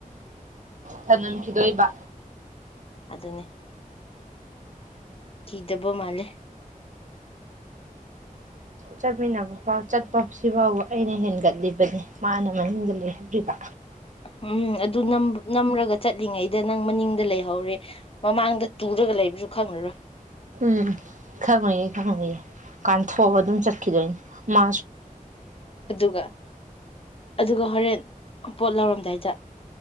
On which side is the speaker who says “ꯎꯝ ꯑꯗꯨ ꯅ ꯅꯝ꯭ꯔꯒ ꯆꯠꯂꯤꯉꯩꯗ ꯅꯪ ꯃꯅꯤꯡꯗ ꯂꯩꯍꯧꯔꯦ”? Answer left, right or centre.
Left